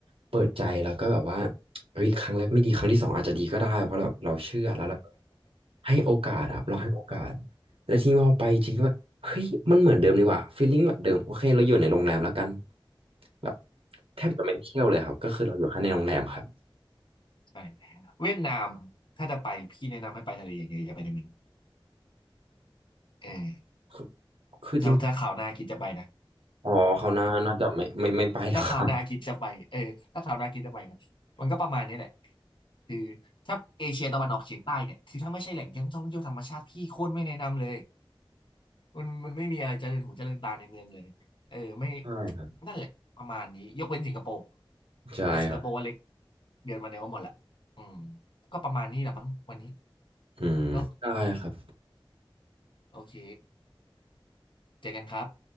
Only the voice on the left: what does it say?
<laughs>
ใช่เวียดนามถ้าจะไปพี่แนะนำให้ไปทะเลอย่างเดียวอย่าไปในเมืองเออ
ถ้าถ้าคราวหน้าคิดจะไปนะ
ถ้าคราวหน้าคิดจะไปเออถ้าคราวหน้าคิดจะไปนะมันก็ประมาณนี้แหละคือถ้าเอเชียตะวันออกเฉียงใต้เนี่ยคือถ้าไม่ใช่แหล่งท่องเที่ยวธรรมชาติพี่โคตรไม่แนะนำเลยมันมันไม่มีอะไรเจริญหูเจริญตาในเมืองเลยเออไม่
นั่นแหละประมาณนี้ยกเว้นสิงคโปร์
แต่สิงคโปร์ว่าเล็กเดือนมาเนี้ยก็หมดละอืมก็ประมาณนี้แหละมั้งวันนี้
เนาะ โอเคเจอกันครับ